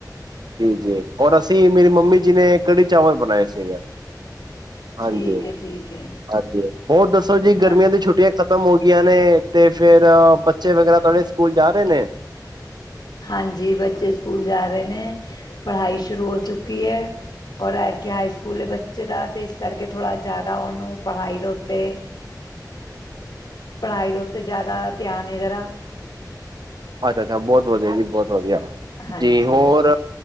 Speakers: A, on the right; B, on the left.
A: ਜੀ-ਜੀ, ਔਰ ਅਸੀਂ ਮੇਰੀ ਮੰਮੀ ਜੀ ਨੇ ਕੜੀ ਚਾਵਲ ਬਨਾਏ ਸੀਗੇ। ਹਾਂਜੀ,
B: ਠੀਕ ਹੈ ਠੀਕ ਹੈ
A: ਹਾਜੀ। ਹੋਰ ਦੱਸੋ ਜੀ, ਗਰਮੀਆਂ
B: ਹਾਂ
A: ਦੀ ਛੁੱਟੀਆਂ ਖ਼ਤਮ ਹੋ ਗਈਆਂ ਨੇ ਤੇ ਫੇਰ ਬੱਚੇ ਵਗੈਰਾ ਤੁਆਡੇ ਸਕੂਲ ਜਾ ਰੇ ਨੇ?
B: ਹਾਂਜੀ ਬੱਚੇ ਸਕੂਲ ਜਾ ਰੇ ਨੇ, ਪੜ੍ਹਾਈ ਸ਼ੁਰੂ ਹੋ ਚੁੱਕੀ ਐ। ਔਰ <unintelligible> ਕੀ ਹਾਈ ਸਕੂਲ ਐ ਬੱਚੇ ਦਾ ਤੇ ਏਸ ਕਰਕੇ ਥੋੜ੍ਹਾ ਜਾਦਾ ਓਨੂੰ ਪੜ੍ਹਾਈ ਦੇ ਉੱਤੇ- ਪੜ੍ਹਾਈ ਦੇ ਉੱਤੇ ਜਾਦਾ ਧਿਆਨ ਏ ਜਰਾ।
A: ਅੱਛਾ-ਅੱਛਾ, ਬੋਤ ਵਧੀਆ ਜੀ ਬੋਤ‌ ਵਧੀਆ,
B: ਹਾਂਜੀ
A: ਜੀ ਹੋਰ